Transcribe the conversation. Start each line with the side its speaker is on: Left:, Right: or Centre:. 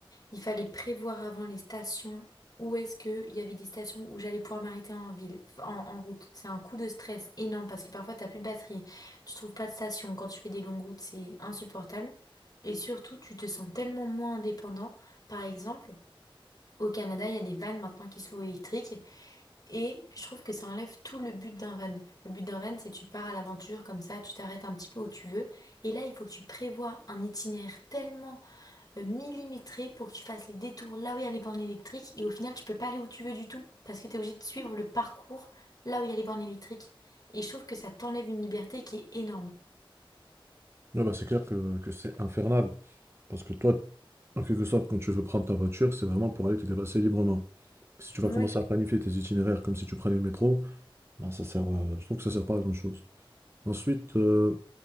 Left: Il fallait prévoir avant les stations où est-ce qu'il y avait des stations où j'allais pouvoir m'arrêter en ville, en, en route. C'est un coup de stress énorme parce que parfois, t'as plus de batterie, tu trouves pas de station. Quand tu fais des longues routes, c'est insupportable. Et surtout, tu te sens tellement moins indépendant. Par exemple, au Canada, il y a des vannes maintenant qui se louent électriques. Et je trouve que ça enlève tout le but d'un van. Le but d'un van, c'est tu pars à l'aventure comme ça, tu t'arrêtes un petit peu où tu veux. Et là, il faut que tu prévois un itinéraire tellement euh, millimétré pour que tu fasses les détours là où il y a les bornes électriques. Et au final, tu peux pas aller où tu veux du tout parce que tu es obligé de suivre le parcours là où il y a les bornes électriques. Et je trouve que ça t'enlève une liberté qui est énorme.
Right: Ouais, bah, c'est clair que, que c'est infernal. Parce que toi, en quelque sorte, quand tu veux prendre ta voiture, c'est vraiment pour aller te déplacer librement. Si tu vas
Left: Oui,
Right: commencer à planifier tes itinéraires comme si tu prenais le métro, ben ça sert, euh, je trouve que ça sert pas à grand-chose. Ensuite, euh,